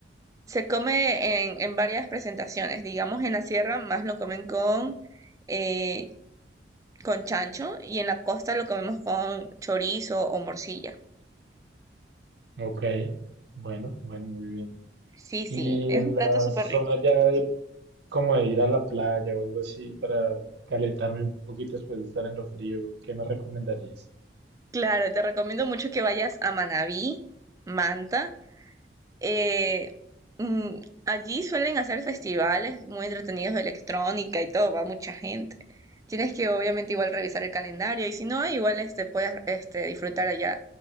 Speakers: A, on the right (about 20°); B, on the right (about 65°).
A: se come en, en varias presentaciones. Digamos, en la sierra más lo comen con, eh, con chancho y en la costa lo comemos con chorizo o morcilla.
B: Ok, bueno, bueno, muy bien.
A: Sí, sí,
B: Y
A: es
B: en
A: un
B: la
A: plato súper
B: zona
A: rico.
B: ya de como de ir a la playa o algo así para calentarme un poquito después de estar en lo frío, ¿qué me recomendarías?
A: Claro, te recomiendo mucho que vayas a Manabí, Manta Eh, mm, allí suelen hacer festivales muy entretenidos de electrónica y todo, va mucha gente. Tienes que obviamente igual revisar el calendario y si no, igual este, puedes este, disfrutar allá